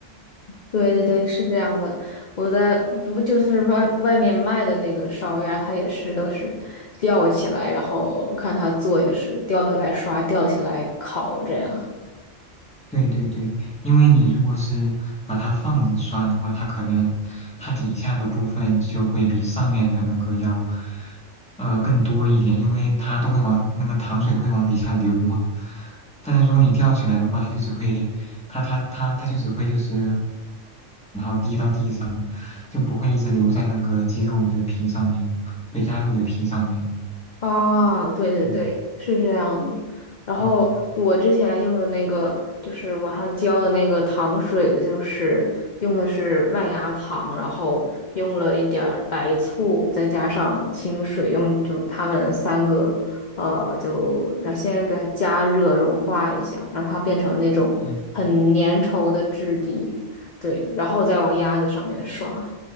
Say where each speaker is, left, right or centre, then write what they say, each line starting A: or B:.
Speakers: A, on the left; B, in the centre.
A: 对对对，是这样的。我在不就是外外面卖的那个烧鸭，它也是都是吊起来，然后看它做也是吊起来刷，吊起来烤这样。
B: 对对对，因为你如果是把它放着刷的话，它可能它底下的部分就会比上面的那个要，呃，更多一点，因为它都会往那个糖水都会往底下流嘛。但是如果你吊起来的话，它就只会，它它它它就只会就是滴到地上。就不会一直留在那个鸡肉的皮上面，被鸭肉的皮上面。
A: 啊，对对对，
B: 嗯
A: 是这样的。然后我之前用的那个，
B: 嗯
A: 就是网上教的那个糖水的，就是用的是麦芽糖，然后用了一点儿白醋，再加上清水，用就它们三个，呃，就然后先给它加热融化一下，让它变成那种很粘稠的质地，
B: 嗯，
A: 对，然后再往鸭子上面刷。